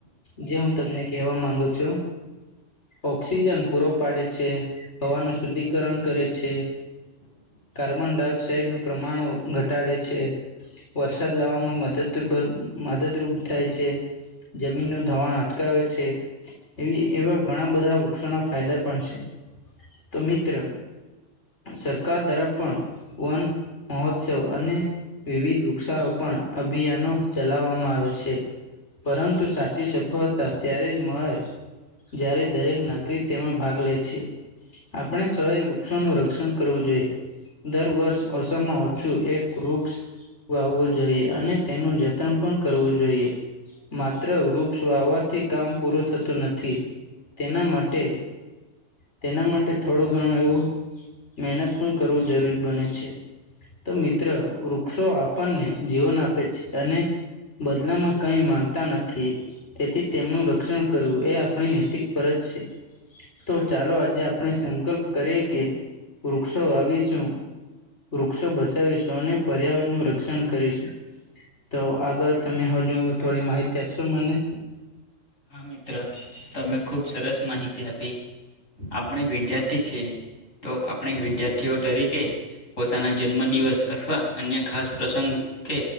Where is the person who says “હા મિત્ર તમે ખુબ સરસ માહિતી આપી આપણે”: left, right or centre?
Left